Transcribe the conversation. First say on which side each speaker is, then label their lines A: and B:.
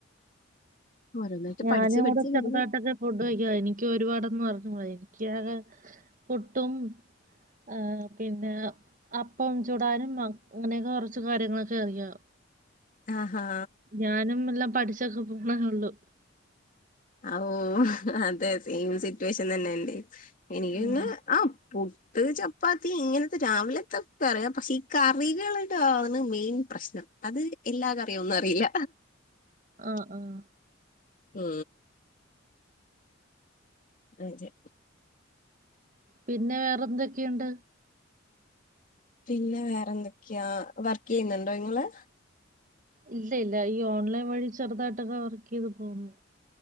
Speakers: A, on the left; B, on the right.
A: ഓരോന്നായിട്ട്
B: ഞാന്
A: പഠിച്ച് പഠിച്ച്
B: ഓരോരുത്തരെ
A: വരുന്നു
B: കഥകൾ ഫുഡ് വെക്കാൻ എനിക്കൊരുപാടൊന്നും അറിഞ്ഞൂട എനിക്കാകെ പുട്ടും ആഹ് പിന്നെ അപ്പംചൂടാനുംഅങ്ങനെയൊക്കെ കുറച്ച് കാര്യങ്ങളൊക്കെ അറിയാം
A: ആഹ്ഹാ
B: ഞാനും എല്ലാം പഠിച്ചൊക്കെ പോണേ ഒള്ളൂ
A: അഹ് ഓ അതെ സെയിം സിറ്റുവേഷൻ തന്നെയ ന്റേം എനിക്ക്ന്നെ
B: ഉം
A: ആം പൂ ട്ട് ചപ്പാത്തി ഇങ്ങനത്തെ രാവിലത്തെ കറിയാ പക്ഷെ ഈ കറികളിലാണ് മെയിൻപ്രശ്നം. അത് എല്ലാ കറിയോന്നും അറിയില്ല.
B: ആഹ് ആഹ്
A: ഉം അഞ്ചേ
B: പിന്നെ വേറെന്തൊക്കെയൊണ്ട്
A: പിന്നെ വേറെന്തൊക്കെയാ വർക്കെയ്യുന്നുണ്ടോ ഇങ്ങള്
B: ഇല്ലഇല്ല ഈഓൺലൈൻ വഴി ചെറുതായിട്ടൊക്കെ വർക്കെയ്ത് പോകുന്നു.